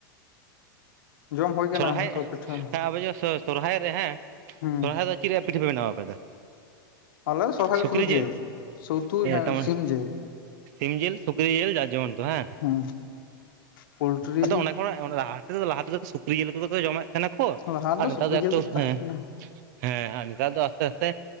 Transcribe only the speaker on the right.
ᱥᱚᱨᱦᱟᱭ
ᱦᱮᱸ
ᱟᱵᱚ ᱡᱚᱜ ᱥᱚ ᱥᱚᱨᱦᱟᱭ ᱨᱮ ᱦᱮᱸ
ᱥᱚᱨᱦᱟᱭ ᱫᱚ ᱪᱤᱫ ᱨᱮᱭᱟᱜ ᱯᱤᱴᱷᱟᱹ ᱯᱮ ᱵᱮᱱᱟᱣᱟ ᱟᱯᱮ ᱫᱚ?
ᱥᱩᱠᱨᱤ
ᱡᱤᱞ
ᱛᱟᱨᱢᱟᱱᱮ
ᱥᱤᱢ ᱡᱤᱞ ᱥᱩᱠᱨᱤ ᱡᱤᱞ ᱡᱟᱨ ᱡᱮᱢᱚᱱ ᱛᱚ ᱵᱟᱝ
ᱟᱫᱚ ᱚᱱᱟ ᱠᱷᱚᱱᱟᱜ ᱦᱮᱸᱚᱱᱟ ᱞᱟᱦᱟ ᱛᱮᱫᱚ ᱞᱟᱦᱟ ᱛᱮᱫᱚ ᱥᱩᱠᱨᱤ ᱡᱤᱞ ᱜᱮᱛᱚ ᱠᱚᱫᱚ ᱠᱚ ᱡᱚᱢᱮᱫ ᱛᱟᱦᱮᱱᱟ ᱠᱚ
ᱟᱨ ᱱᱮᱛᱟᱨ
ᱫᱚ ᱮᱠᱛᱚ
ᱦᱮᱸ
ᱦᱮᱸ ᱟᱨ ᱱᱮᱛᱟᱨ ᱫᱚ ᱟᱥᱛᱮ ᱟᱥᱛᱮ